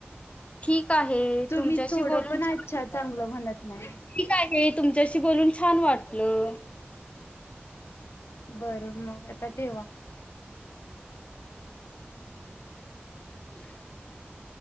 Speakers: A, on the left; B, on the left.
A: ठीक आहे
B: तुम्ही
A: तुमच्याशी
B: थोडं
A: बोलून
B: पण
A: छान
B: अच्छा, चांगलं म्हणत नाही.
A: ठीक आहे तुम तशी बोलून छान वाटलं.
B: बरं मग आता ठेवा.
A: <unintelligible>